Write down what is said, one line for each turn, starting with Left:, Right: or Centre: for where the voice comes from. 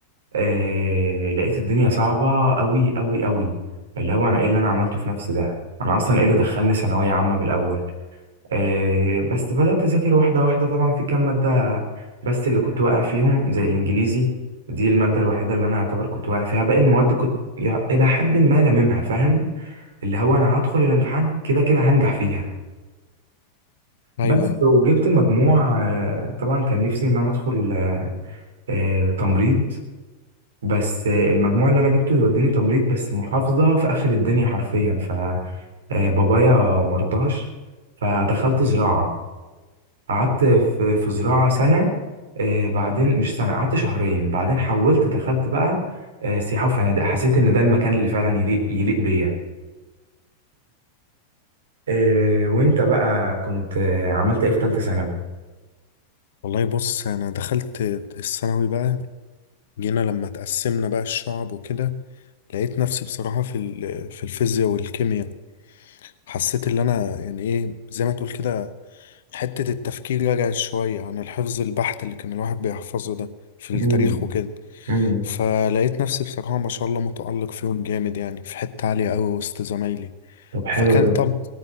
Right: آه لقيت الدنيا صعبه قوي قوي قوي اللي هو انا ايه اللي انا عملته في نفسي ده انا اصلا ايه اللي دخلني ثانويه عامه من الاول آه، بس بدأت أذاكر واحدة واحدة طبعا في كام مادة بس اللي كنت واقع فيهم زي الإنجليزي دي المادة الوحيدة اللي أنا يعتبر كنت واقع فيها باقي المواد كنت يع- إلى حد ما لاممها فاهم اللي هو أنا هدخل الامتحان كده كده هنجح فيها
Left: ايوه
Right: بس
Left: ايوه
Right: وجبت المجموع آه، طبعا كان نفسي إن أنا أدخل آه، آه، تمريض بس آه، المجموع اللي أنا جبته يوديني تمريض بس محافظة في آخر الدنيا حرفيا ف آه، بابايا مرضاش فدخلت زراعة قعدت في
Left: مم.
Right: في زراعة سنة آه، بعدين مش سنة قعدت شهرين بعدين حولت دخلت بقى آه، سياحة وفنادق حسيت إن ده المكان اللي فعلا يليق يليق بيا آه، وأنت بقى كنت آه، عملت إيه في تالتة ثانوي؟
Left: والله بص انا دخلت الثانوي بقى جينا لما تقسمنا بقى الشعب وكده لقيت نفسي بصراحه في ال- في الفيزياء والكيمياء حسيت اللي انا يعني ايه زي ما تقول كده حتة التفكير رجعت شوية عن الحفظ البحت اللي كان الواحد بيحفظه ده في
Right: مم،
Left: التاريخ وكده
Right: مم.
Left: فلقيت نفسي بصراحة ما شاء الله متألق فيهم جامد يعني في حتة عالية أوي وسط زمايلي
Right: طب حلو
Left: فكان
Right: ده
Left: طب